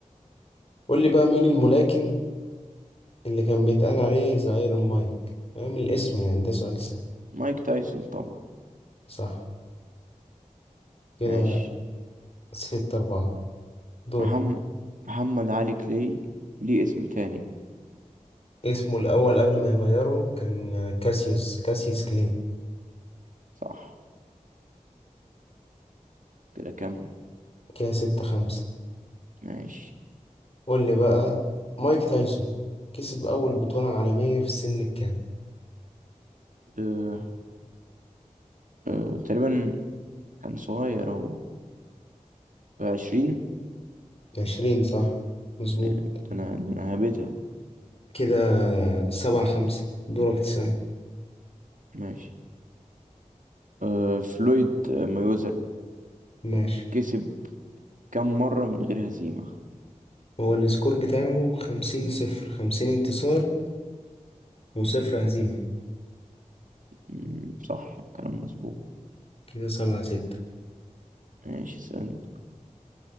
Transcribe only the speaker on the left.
قول لي بقى مين الملاكم اللي كان بيتقال عليه ذا ايرون مايك فاهم الاسم يعني ده سؤال سهل
صح كده
ستة أربعة دور
اسمه الأول قبل ما يغيره كان كاسيوس كاسيوس كلي
كده ستة خمسة
قول لي بقى مايك تايسون كسب أول بطولة عالمية في السن الكام؟
عشرين صح مظبوط
كده سبعة خمسة دورك تسألني
ماشي
هو السكور بتاعه خمسين صفر خمسين انتصار وصفر هزيمة
كده سبعة ستة